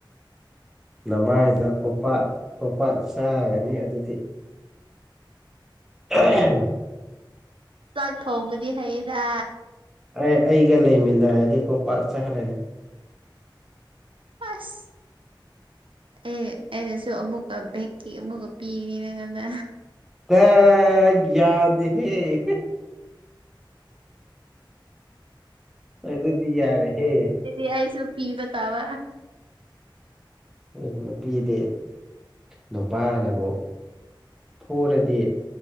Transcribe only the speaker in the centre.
ꯅꯃꯥꯏꯗꯅ ꯈꯣꯄꯥꯛ ꯈꯣꯄꯥꯛ ꯆꯥꯒꯅꯤ ꯑꯗꯨꯗꯤ ꯑꯍꯝ
ꯑꯩ ꯑꯩꯒ ꯂꯩꯃꯤꯟꯅꯔꯗꯤꯀꯣ ꯄꯥꯛ ꯆꯥꯈ꯭ꯔꯅꯤ
ꯇ ꯌꯥꯗꯦꯍ‌ꯦ ꯑ ꯑꯗꯨꯗꯤ ꯌꯥꯔꯦ ꯍꯦ
ꯑꯩ ꯅꯨꯄꯤꯗꯤ ꯅꯨꯄꯥꯅꯕꯨ ꯐꯨꯔꯗꯤ